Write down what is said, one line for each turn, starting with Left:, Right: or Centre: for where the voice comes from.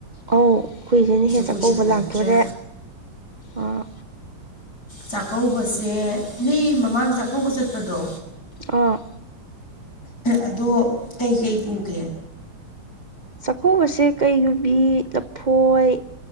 Right: ꯑꯧ ꯀꯨꯏꯗ꯭ꯔꯦꯅꯦꯍꯦ
Left: ꯀꯨꯏꯁꯜꯂꯛꯇ꯭ꯔꯦ
Right: ꯆꯥꯛꯀꯧꯕ ꯂꯥꯛꯇꯣꯔꯦ ꯑꯥ
Left: ꯆꯥꯛꯀꯧꯕꯁꯦ ꯅꯣꯏ ꯃꯃꯥꯡ ꯆꯥꯛꯀꯧꯕ ꯆꯠꯄꯗꯣ
Right: ꯑꯥ
Left: ꯑꯗꯣ ꯀꯩꯀꯩ ꯄꯨꯒꯦ
Right: ꯆꯥꯛꯀꯧꯕꯁꯦ ꯀꯩ ꯌꯨꯕꯤ ꯂꯐꯣꯏ